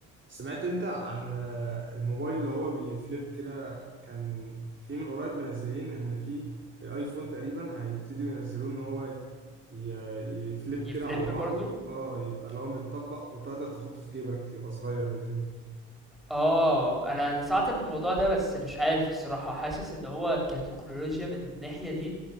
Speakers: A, on the right; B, in the centre.
A: سمعت انت عن آه، الموبايل اللي هو بيفليب كده كان في من قريب منزلين ان في الايفون تقريبا هيبتدوا ينزلوه ان هو ي- يفليب
B: يفليب
A: كده على بعضه
B: برضو
A: اه يبقى اللي هو متطبق وتقدر تحطه في جيبك يبقى صغير وكده
B: اه انا انا سمعت عن الموضوع ده بس مش عارف الصراحه حاسس ان هو كتكنولوجيا من الناحيه دي